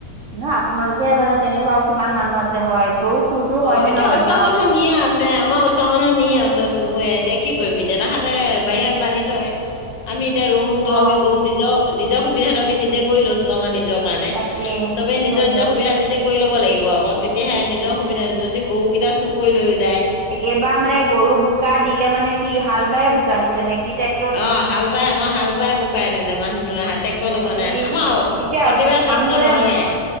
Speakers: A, on the right; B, on the left.
A: নহয় আপোনালোকেহে বান্ধে তেনেকুৱা আৰু কিমান মানুহ আছে হয় গৰু চুৰটোৰ
B: অ
A: হয়
B: এতিয়া
A: নে নহয়
B: ওচৰৰ
A: গাঁৱত?
B: মানুহ নিয়ে আছে আমাৰ ওচৰৰ মানুহ নি আছে চুৰে এতিয়া কি কৰিবি দেউতাহঁতে বাহিৰত বান্ধি থয় আমি এতিয়া ৰুমটো
A: অ
B: আমি গৰু নিজৰ নিজৰ সুবিধাটো আমি নিজে কৰি লৈছোঁ আমাৰ নিজৰ কাৰণে
A: তাকেই
B: চবে নিজৰ
A: হয়
B: নিজৰ
A: দিয়ক
B: সুবিধা নিজে কৰি ল'ব লাগিব আকৌ তেতিয়াহে নিজৰ
A: অ
B: সুবিধা যদি গৰুকেইটা চুৰ কৰি লৈ যায়
A: এবাৰ মানে গৰু বোকা দিলে মানে কি হাল বায় বোকা দিছে নে কি ট্ৰে
B: অঁ হাল বাই আমাৰ হাল বাই বুকাই দিলে। মানুহ হাতে- টেক্টৰ
A: তাকি
B: লগোৱা নাই। আমাৰ
A: এতিয়া
B: প্ৰতিবাৰে
A: মানুহজনে
B: ট্ৰেক্টৰ নলগাই।।